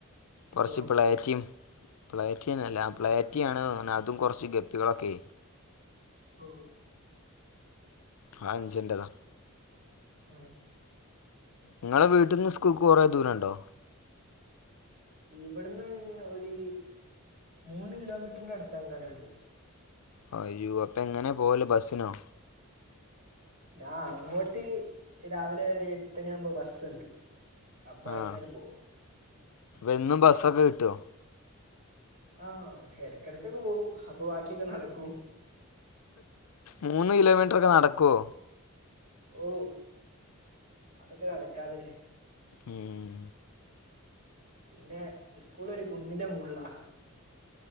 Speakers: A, on the left; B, on the right.
A: കൊർച്
B: ഓ
A: പ്ലേറ്റിം പ്ലേ റ്റിന്നല്ല പ്ലേറ്റിയാണ്
B: ആഹ് ആഹ്
A: അതും കൊറച്ച് ഗപ് ങ്ങളൊക്കെ
B: ഓ
A: അഞ്ചിന്റെതാ
B: ആഹ്
A: ഇങ്ങളെ വീട്ടിന്ന് സ്കൂക്ക് കൊറേ ദൂരോണ്ടോ?
B: ഇവടന്ന് ഒര് മൂന്ന് കിലോമീറ്ററിന്റെ അടുത്തെങ്ങാനുമുണ്ട്
A: അയ്യോ അപ്പൊങ്ങനാ പോവല് ബസ്സിനോ
B: ഞാൻ അങ്ങോട്ട് രാവില ഒരു എട്ടുണിയാവുമ്പോ ബസ്സുണ്ട് അപ്പ
A: ആഹ്
B: അയ്നാട് പോവും
A: എന്നും ബസ്റ്റൊക്കെ കിട്ടോ?
B: ആ എടക്കെടക്കൊക്കെ പോവും അപ്പൊ ബാക്കിയൊക്കെ നടക്കും
A: മൂന്ന് കിലോമീറ്ററൊക്കെ നടക്കോ
B: ഓ അതൊക്കെ നടക്കാതെ
A: ഉം
B: പിന്നെ ഇസ്കൂളൊരു കുന്നിന്റെ മുകളിലാ